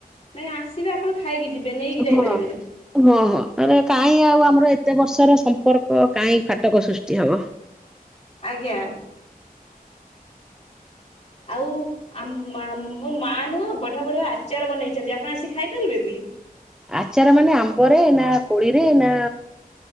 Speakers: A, on the left; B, in the centre.
A: ନାଇ ଆସିବେ ଆପଣ ଖାଇକି ଯିବେ ନେଇକି ଯାଇପାରିବେନି?
B: ହଁ। ହଁ ହଁରେ କାହିଁ ଆଉ ଆମର ଏତେ ବର୍ଷର ସମ୍ପର୍କ କାହିଁ ଫାଟକ ସୃଷ୍ଟି ହବ।
A: ଆଜ୍ଞା। ଆଉ ଆମ୍ ମୋ ମା ନୁହଁ ବଢିଆ ବଢିଆ ଆଚାର ବନେଇଛନ୍ତି? ଆପଣ ଆସି ଖାଇପାରିବେ ବି
B: ଆଚାର ମାନେ ଆମ୍ବରେ ନା କୋଳିରେ ନା